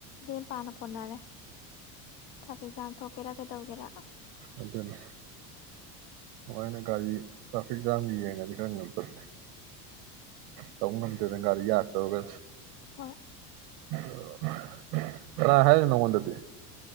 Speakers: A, on the left; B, on the right.
A: ꯗꯦꯝ ꯄꯥꯅ ꯀꯣꯟꯅꯔꯦ ꯊꯐ ꯆꯥꯡ ꯊꯣꯛꯀꯦꯔꯥ ꯀꯩꯗꯧꯒꯦꯔ
B: ꯑꯗꯨꯅꯤ ꯃꯥꯏꯅ ꯒꯥꯔꯤ ꯇ꯭ꯔꯥꯐꯤꯛ ꯖꯥꯝꯒꯤ ꯌꯦꯡꯉꯗꯤ ꯈꯔ ꯌꯥꯝ ꯆꯠꯂꯦ ꯇꯧꯕ ꯉꯝꯗꯦꯗꯅ ꯒꯥꯔꯤ ꯌꯥꯛꯇꯧꯔꯒ
A: ꯍꯣꯏ
B: <inaudible> ꯑ ꯍꯥꯏ ꯅꯉꯗꯗꯤ